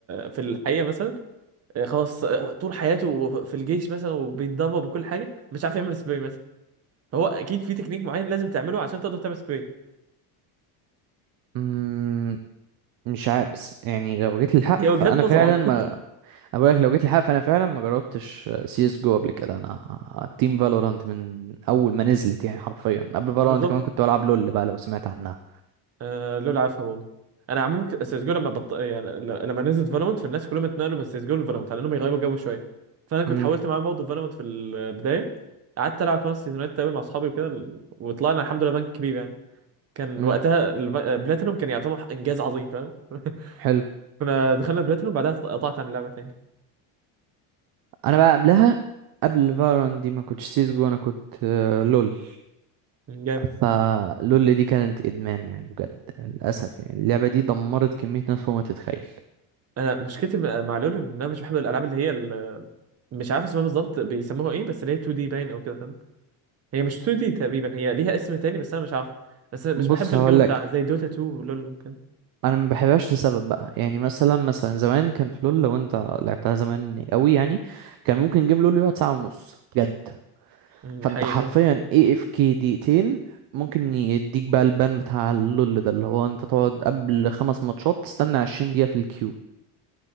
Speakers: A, on the right; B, on the right.
A: في الحقيقه مثلا خلاص طول حياته في الجيش مثلا وبيتدرب وكل حاجه مش عارف يعمل سبراي مثلا هو اكيد في تكنيك معين لازم تعمله عشان تقدر تعمل سبراي
B: امم مش عارف بس يعني لو جيت للحق
A: هي وجهات
B: فانا
A: نظر
B: فعلا
A: عموما
B: ما أنا بقولك لو جيت للحق فانا فعلا ما جربتش سي اس جو قبل كده انا تيم فالورانت من اول ما نزلت يعني حرفيا قبل فالورانت
A: <laughs> بالظبط
B: كمان كنت بلعب لول بقى لو سمعت عنها
A: آه لول عارفها برضه انا عموما ك- سيسجو لما بط... يعني ل- لما نزلت فالومنت فالناس كلهم اتنقلوا من سيسجو لفالومنت على انهم يغيروا جو شويه فانا كنت
B: امم
A: حاولت معاهم برضه فالومنت في البدايه قعدت العب خمس سيزونات تقريبا مع اصحابي وكده ال- وطلعنا الحمد لله بنك كبير يعني كان
B: امم
A: وقتها الب- بلاتينوم كان يعتبر انجاز عظيم فاهم <laughs>
B: حلو
A: كنا دخلنا بلاتينوم بعدها قطعت عن اللعبه تاني
B: انا بقى قبلها قبل فالورانت دي ما كنتش سي اس جو انا كنت آه، لول
A: جامد
B: فلول دي كانت ادمان يعني بجد للاسف يعني اللعبه دي دمرت كميه ناس فوق ما تتخيل
A: انا مشكلتي م- مع لولو ان انا مش بحب الالعاب اللي هي ال- مش عارف اسمها بالظبط بيسموها ايه بس اللي هي 2 دي باين او كده فاهم هي مش 2 دي تقريبا هي ليها اسم تاني بس انا مش عارف بس أنا
B: بص
A: مش بحب
B: هقولك
A: الجو بتاع زي دوتا 2 ولول كده
B: انا ما بحبهاش لسبب بقى يعني مثلا مثلا زمان كان في لول لو انت لعبتها زمان قوي يعني كان ممكن جيم لول يقعد ساعه ونص بجد
A: أمم،
B: فانت
A: حقيقي
B: حرفيا اي اف كي دقيقتين ممكن يديك بقى البان بتاع اللول ده اللي هو انت تقعد قبل خمس ماتشات تستنى 20 دقيقه في الكيو